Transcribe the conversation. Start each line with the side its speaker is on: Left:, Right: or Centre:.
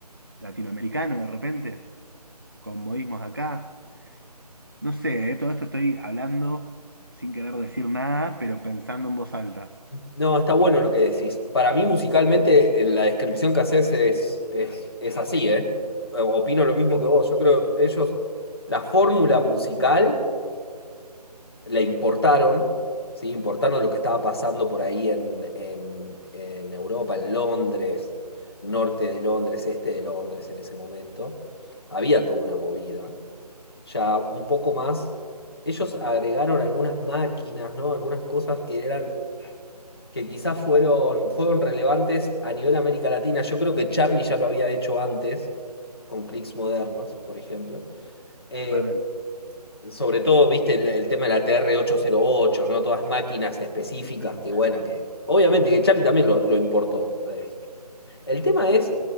Right: latinoamericano de repente, con modismos de acá. No sé, eh, todo esto estoy hablando sin querer decir nada, pero pensando en voz alta,
Left: No, está bueno lo que decís. Para mí, musicalmente, en la descripción que haces es, es, es así, ¿eh? Opino lo mismo que vos. Yo creo que ellos, la fórmula musical la importaron, ¿sí? Importaron lo que estaba pasando por ahí en, en- en Europa, en Londres, norte de Londres, este de Londres en ese momento. Había toda una movida. Ya un poco más, ellos agregaron algunas máquinas, ¿no? Algunas cosas que eran, que quizás fueron, fueron relevantes a nivel América Latina. Yo creo que Charlie ya lo había hecho antes, con clics modernos, por ejemplo. Eh,
Right: totalmente.
Left: sobre todo, viste, el, el tema de la tr ocho ¿no? Todas máquinas específicas que, bueno, que obviamente que Charlie también lo, lo importó a eso. El tema es,